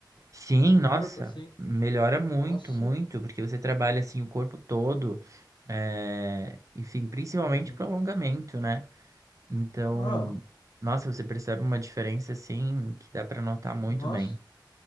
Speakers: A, on the right (about 45°); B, on the left (about 70°).
A: Sim,
B: do
A: nossa,
B: corpo, assim?
A: melhora muito,
B: Nossa.
A: muito, porque você trabalha assim o corpo todo, é, enfim, principalmente
B: Uhum.
A: pro alongamento, né? Então,
B: Ó,
A: nossa, você percebe uma diferença assim que dá pra notar muito
B: nossa.
A: bem.